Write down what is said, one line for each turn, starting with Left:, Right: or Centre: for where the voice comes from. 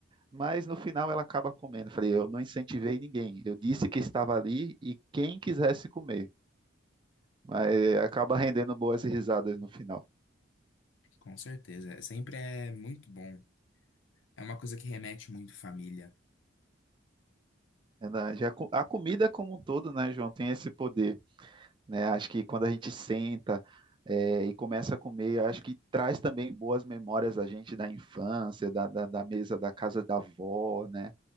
Right: mas no final ela acaba comendo. Falei, eu não incentivei ninguém. Eu disse que estava ali e quem quisesse comer. Mas eh, acaba <laughs> rendendo boas risadas no final.
Left: Com certeza. é- Sempre é muito bom. É uma coisa que remete muito família.
Right: Ela já co- A comida como um todo, né, João, tem esse poder. né? Acho que quando a gente senta, é, e começa a comer, acho que traz também boas memórias a gente da infância, da, da, da mesa da casa da avó, né?